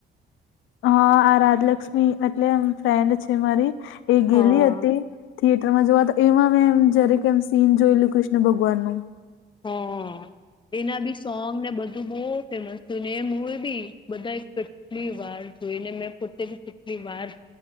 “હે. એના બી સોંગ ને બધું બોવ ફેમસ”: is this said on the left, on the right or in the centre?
Left